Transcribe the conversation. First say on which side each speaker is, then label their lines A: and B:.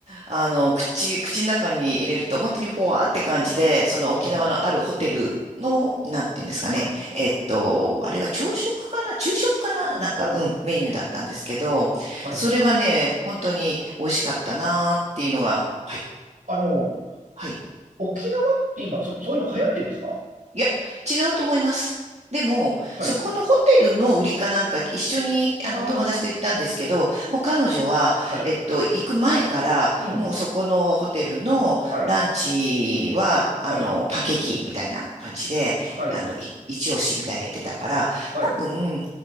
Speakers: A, on the right; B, on the right.
A: あの、口、口の中に入れると本当にフォワーって感じで、その沖縄のあるホテルの、
B: おう
A: なんていうんですかね、
B: はい。
A: えっと、あれは朝食かな昼食かななんか、
B: おう
A: うん、メニューだったんですけど、
B: はいはい。
A: それはね、本当に美味しかったなーっていうのが、はい、
B: あの、
A: はい。
B: 沖縄って今、そ、そういうの流行ってんですか
A: いや、違うと思います。でも、
B: はい。
A: そこのホテルの売りかなんか一緒にあの友達と行ったんですけど、
B: は
A: もう彼女は、
B: あ、はい。
A: えっと、行く前から、
B: うん。
A: もうそこのホテルのランチは、
B: はい。
A: あの、
B: はい。
A: パンケーキみたいな感じで、
B: はい。
A: あの、い一押しみたいな言ってたから、
B: はい。
A: 多分、